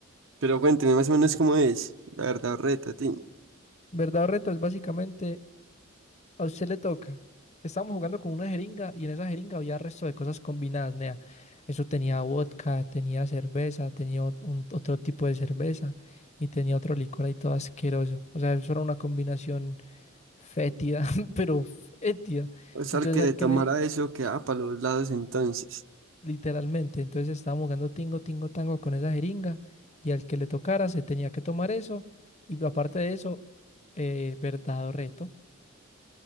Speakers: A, on the right (about 65°); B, on the left (about 35°).
A: pero cuénteme más o menos cómo es, la verdad, reta, Tim.
B: Verdad o reto es básicamente A usted le toca. Estábamos jugando con una jeringa y en esa jeringa había resto de cosas combinadas, nea. Eso tenía vodka, tenía cerveza, tenía ot- un- otro tipo de cerveza y tenía otro licor ahí todo asqueroso. O sea, eso era una combinación fétida, <laughs> pero fétida.
A: O sea,
B: Entonces
A: el que se
B: al
A: tomara
B: que le,
A: eso quedaba para los lados entonces.
B: literalmente, entonces estábamos jugando tingo, tingo, tango con esa jeringa y al que le tocara se tenía que tomar eso y aparte de eso, eh, verdad o reto.